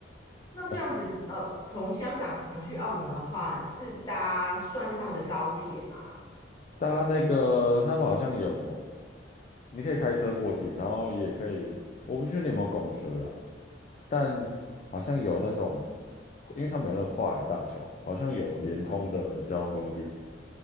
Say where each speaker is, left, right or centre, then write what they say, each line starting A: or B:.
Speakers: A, on the left; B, on the left.
A: 那这样子，
B: 啊，是，
A: 呃，从香港去澳门的话，是搭算是他们的高铁吗？
B: 大家那个他们好像有。你可以开车过去，然后也可以，我不确定有没有公车啦，但好像有那种，因为他们有那个跨海大桥，好像有联通的交通工具，